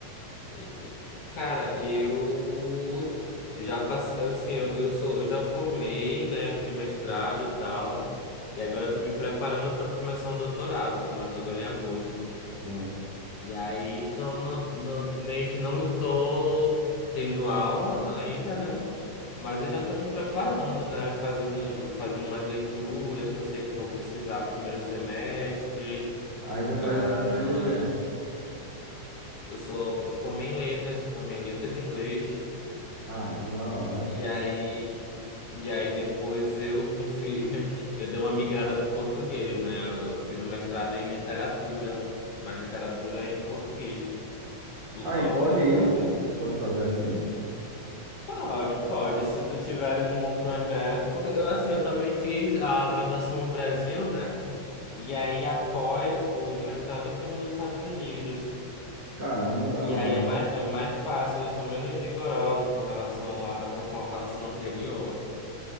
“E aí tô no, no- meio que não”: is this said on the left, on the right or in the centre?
Left